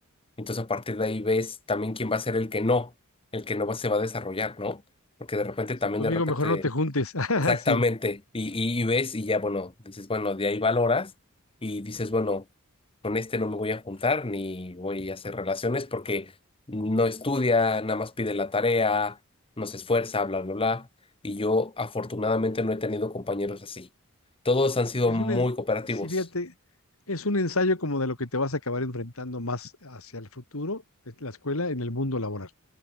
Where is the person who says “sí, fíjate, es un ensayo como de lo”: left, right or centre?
Left